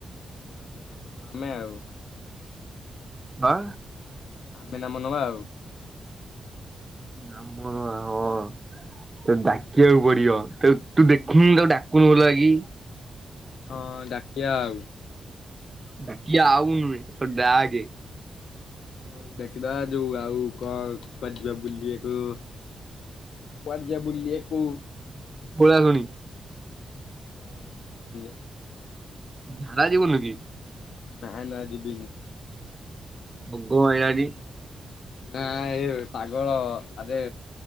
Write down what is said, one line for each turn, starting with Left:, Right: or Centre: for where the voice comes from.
Left: ଲାଷ୍ଟ୍ ରେ ନାମ ନବା ଆମେ ଆଉ।
Right: ହାଁ।
Left: ଆମେ ନାମ ନବା ଆଉ।
Right: ନାମ ହଁ। ତେତେ
Left: ହୁଁ
Right: ଡାକିବାକୁ
Left: ଆଉ
Right: ପଡିବ ତ ତୁ ଦେଖୁନୁ ତାକୁ ଡାକୁନୁ ଭଲକି।
Left: ହଁ ଡାକିଆ ଆଉ।
Right: ଡାକିଆ ଆଉ ନୁହେଁ ଡାକେ।
Left: ହଁ ଡାକିଦବା ଯୋଉ ଆଉ କଣ କୁଆଡେ ଯିବା ବୁଲିଆକୁ କୁଆଡେ ଯିବା ବୁଲିଆକୁ?
Right: ପଳାଶୁଣି।
Left: ହଁ ଆ ଯିବା ବୁଲିବାକୁ।
Right: ଝାଡା ଯିବୁନୁ କି?
Left: ନା ନା ଯିବିିନି।
Right: ଭୋଗ ଆଣିଲନି।
Left: ନା ଏ ପାଗଳ ଆରେ